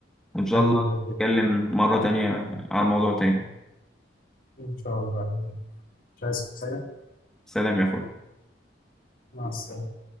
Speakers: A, in the centre; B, on the left (about 55°).
A: وإن شاء
B: حبيبي
A: الله نتكلم مرة تانية عن موضوع تاني
B: إن شاء الله مش عايز حاجة
A: سلام يا أخوي
B: مع السلامة